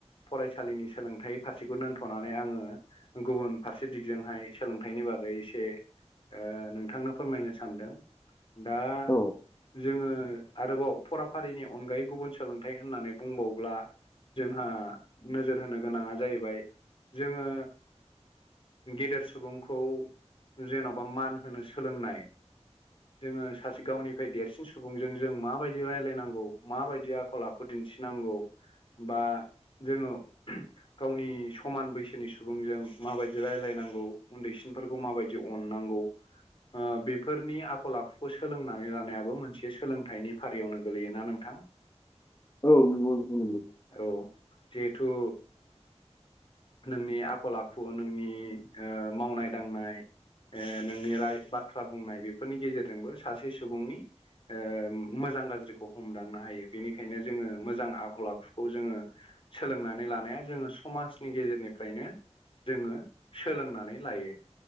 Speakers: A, on the left; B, on the left.
A: फरायसालिनि सोलोंथाइ फारसेखौ दोनथ'नानै आङो गुबुन फारसे दिगजोंहाय सोलोंथाइनि बागै एसे ओ नोंथांनो फोरमायनो सानदों। दा
B: औ
A: जोङो आरोबाव फराफारिनि अनगायै गुबुन सोलोंथाइ होननानै बुंबावोब्ला जोंहा नोजोर होनो गोनाङा जाहैबाय जोङो गेदेर सुबुंखौ जेन'बा मान होनो सोलोंनाय जोङो सासे गावनिफ्राय देरसिन सुबुंजों जों माबायदि रायलायनांगौ माबायदि आखल आखु दिन्थिनांगौ बा जोङो गावनि समान बैसोनि सुबुंजों माबायदि रायलायनांगौ उन्दैसिनफोरखौ माबायदि अननांगौ <inaudible> ओ बेफोरनि आखल आखुखौ सोलोंनानै लानायाबो मोनसे सोलोंथाइनि फारियावनो गोलैयोना नोंथां।
B: औ नंगौ नोंथां नंगौ।
A: औ जिहेथु नोंनि आखल आखु नोंनि ओ मावनाय दांनाय ओ नोंनि राय बाथ्रा बुंनाय बेफोरनि गेजेरजोंबो सासे सुबुंनि ओ मोजां गाज्रिखौ हमदांनो हायो बेनिखायनो जोङो मोजां आखल आखुखौ जोङो। सोलोंनानै लानाया जोङो समाज नि गेजेरनिफ्रायनो जोङो सोलोंनानै लायो